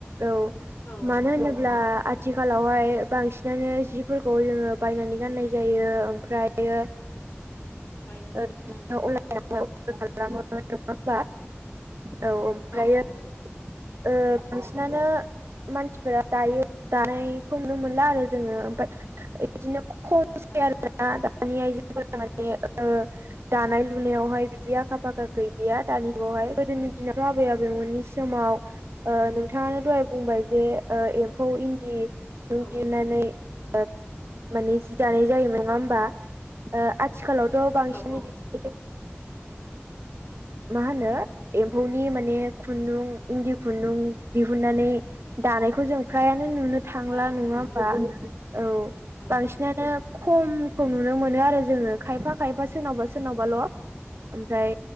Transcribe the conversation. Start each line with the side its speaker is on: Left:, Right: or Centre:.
Right: औ
Left: औ
Right: मानो
Left: औ
Right: होनोब्ला आथिखालावहाय बांसिनानो जिफोरखौ जोङो बायनानै गाननाय जायो ओम फ्रायो
Left: बायनो
Right: <unintelligible>
Left: उम
Right: खालामो नङा होमबा औ ओमफ्रायो
Left: औ नंगौ
Right: ओ बांसिनानो मानसिफोरा दायो दानायखौ नुनो मोनला आरो जोङो ओमफाय इदिनो खमसै
Left: जानो
Right: आरोना दानि आइजोफोरा माने ओ दानाय लुनायावहाय बिदि आखा फाखा गैलिया दानि जुगावहाय गोदोनि दिनावथ' आबै आबौमोननि समाव ओ नोंथाङानो दहाय बुंबाय जे ओ एम्फौ इन्दि <unintelligible>
Left: औ
Right: माने जि दानाय जायो नङा होमबा। ओ आथिखालावथ' बांसिनै
Left: औ औ
Right: बिदि
Left: नंगौ
Right: ओ मा होनो? एम्फौनि माने खुन्दुं इन्दि खुन्दुं दिहुननानै दानायखौ जों फ्रायानो नुनो थांला
Left: जानायखौ
Right: नङा
Left: नुनो
Right: होमबा।
Left: मोनला
Right: औ
Left: उम
Right: बांसिना- नो खमखौ नुनो मोनो आरो जोङो खायफा- खायफा सोरनावबा सोरनावबाल‌' ओमफ्राय